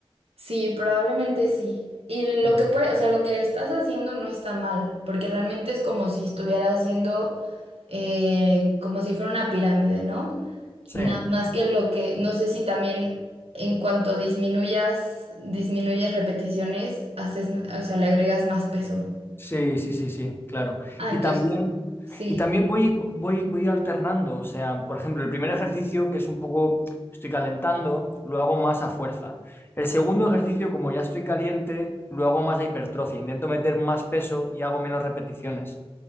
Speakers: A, on the right; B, on the left.
A: Sí, probablemente sí. Y lo
B: Ujú.
A: que puede, o sea, lo que estás haciendo no está mal, porque realmente es como si estuvieras yendo eh, como si fuera una pirámide, ¿no?
B: Sí.
A: Nada más que lo que, no sé si también en cuanto disminuyas, disminuyes repeticiones, haces, o sea, le agregas más peso.
B: Sí, sí, sí, sí, claro.
A: Ah,
B: Y
A: entonces,
B: también,
A: sí,
B: y también voy, voy, voy alternando. O sea, por ejemplo, el primer ejercicio, que es un poco, estoy calentando, lo hago más a fuerza. El segundo ejercicio, como ya estoy caliente, lo hago más a hipertrofia. Intento meter más peso y hago menos repeticiones.